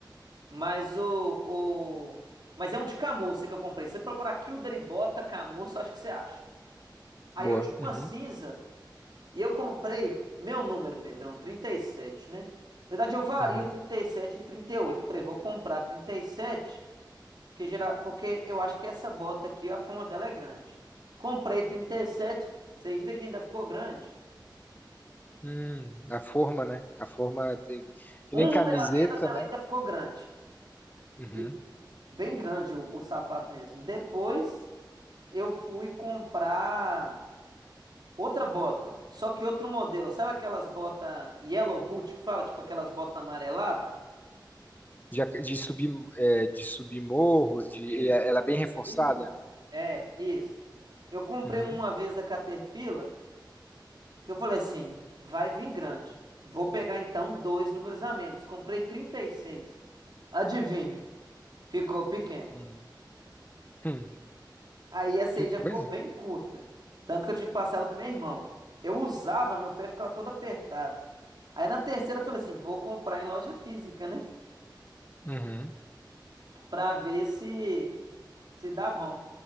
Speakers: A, on the right (about 65°); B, on the left (about 25°).
A: Mas o, o... Mas é um de camurça que eu comprei. Se você procurar Kilder e Bota camurça, acho que você acha. Aí
B: Boa.
A: eu tinha uma
B: Uhum.
A: cinza e eu comprei meu número, Pedrão, 37, né? Na verdade, eu vario
B: Uhum.
A: trinta e sete e e trinta e oito. Eu falei, vou comprar 37. Porque, geral, porque eu acho que essa bota aqui, a fama dela é grande. Comprei trinta e sete você acredita que ainda ficou grande?
B: Hum, a forma, né? A forma teve... que
A: Um
B: nem camiseta,
A: número a menos, ela
B: né?
A: ainda ficou grande.
B: Uhum.
A: E bem grande o, o sapato mesmo. Depois eu fui comprar outra bota, só que outro modelo. Sabe aquelas botas yellow boot que fala? Tipo aquelas botas amareladas?
B: De, de subir, é, de subir morros, de,
A: Isso,
B: ela
A: fazer
B: é bem reforçada.
A: trilha. É, isso. Eu comprei
B: Uhum.
A: uma vez da Caterpillar. Que eu falei assim, vai vir grande. Vou pegar então dois números a menos. Comprei trinta e seis Adivinha, ficou pequeno.
B: Hum. Hum.
A: Aí essa
B: Que
A: aí já
B: coisa.
A: ficou bem curta. Tanto que eu tive que passar ela pro meu irmão. Eu usava, meu pé ficava todo apertado. Aí na terceira eu falei assim, vou comprar em loja física, né?
B: Uhum.
A: Pra ver se Se dá bom.